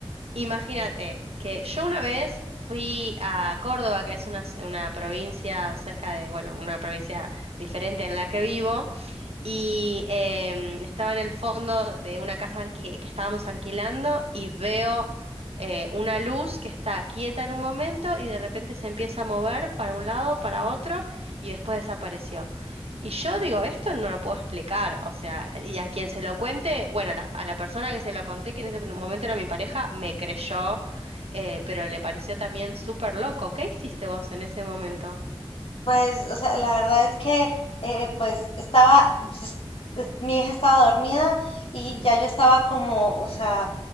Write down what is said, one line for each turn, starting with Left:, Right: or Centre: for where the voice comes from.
Right: imagínate que yo una vez fui a Córdoba, que es una, una provincia cerca de, bueno, una provincia diferente en la que vivo. Y em, estaba en el fondo de una casa alqui- que estábamos alquilando y veo eh, una luz que está quieta en un momento y de repente se empieza a mover para un lado, para otro y después desapareció. Y yo digo, esto no lo puedo explicar, o sea, y a quien se lo cuente, bueno, la- a la persona que se lo conté, que en ese momento era mi pareja, me creyó, eh, pero le pareció también súper loco. ¿Qué hiciste vos en ese momento?
Left: Pues, o sea, la verdad es que, eh, pues, estaba, es- es- mi hija estaba dormida y ya yo estaba como, o sea,